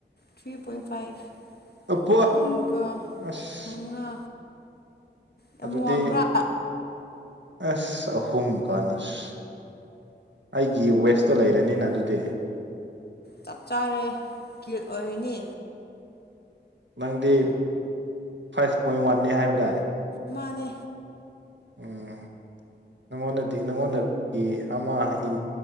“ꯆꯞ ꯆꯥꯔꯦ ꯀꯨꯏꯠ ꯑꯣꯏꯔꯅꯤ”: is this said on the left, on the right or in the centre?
Left